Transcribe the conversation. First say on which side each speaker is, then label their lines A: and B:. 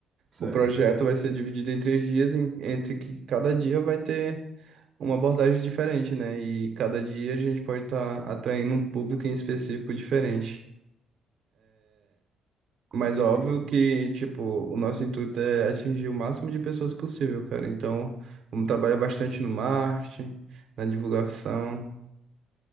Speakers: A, on the right; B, on the right.
A: Certo.
B: O projeto vai ser dividido em três dias, em- entre que cada dia vai ter uma abordagem diferente, né? E cada dia a gente pode estar atraindo um público em específico diferente.
A: Com
B: Mas
A: certeza.
B: óbvio que, tipo, o nosso intuito é atingir o máximo de pessoas possível, cara. Então, vamos trabalhar bastante no marketing, na divulgação.